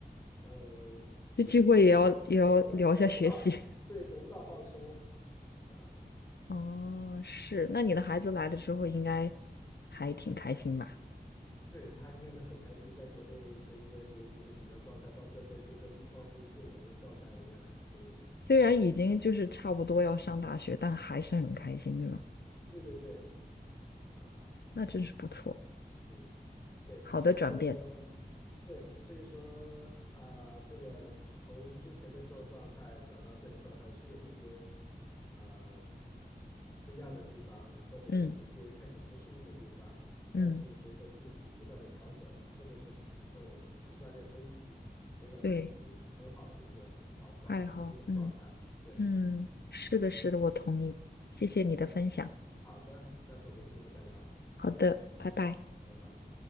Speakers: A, on the left; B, on the left.
A: 呃，其实得不到，
B: 这聚会也要也要聊一下学习。
A: 得不到，得不到，对，得不到放松啊。
B: <laughs> 哦，是，那你的孩子来了之后应该还挺开心吧？
A: 对，他应该都很开心，在国内的一个学习的紧张状态，到这边就跟放飞自我的状态一样，所以
B: 虽然已经就是差不多要上大学，但还是很开心，对吧？
A: 对对对啊。
B: 那真是不错，
A: 嗯，对，
B: 好的转变。
A: 所以说，对，所以说，啊、这个从之前的时候状态转到现在状态是有一些，呃，嗯，不一样的地方，或者有一些一开始不适应的地方，
B: 嗯
A: 但是随着自己不断的调整，
B: 嗯，
A: 特别是能够去锻炼身体，会让自己很好的一个调到调到一种状态。
B: 对，爱好，嗯。
A: 对，
B: 嗯，是的，
A: 嗯
B: 是的，我同意。谢谢你的分享。
A: 嗯，好的，下次我们有机会再聊，
B: 好的，拜拜。
A: 拜拜。